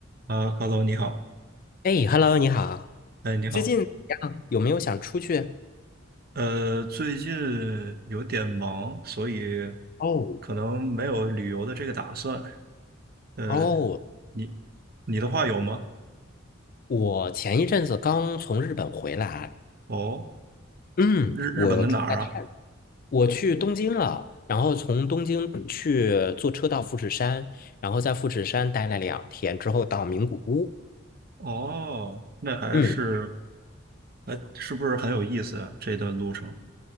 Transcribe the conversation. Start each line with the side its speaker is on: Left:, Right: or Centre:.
Right: 啊，Hello，你好，
Left: 哎，Hello，你好，
Right: 哎，你好，
Left: 最近怎么样？有没有想出去？
Right: 呃，最近有点忙，所以
Left: 哦
Right: 可能没有旅游的这个打算。呃，
Left: 哦，
Right: 你你的话有吗？
Left: 我前一阵子刚从日本回来，
Right: 哦，
Left: 嗯，
Right: 日日本的哪儿啊？
Left: 我出来看，我去东京了，然后从东京去坐车到富士山，然后在富士山待了两天之后到名古屋，
Right: 哦，那还是
Left: 嗯。
Right: 还是不是很有意思啊？这段路程，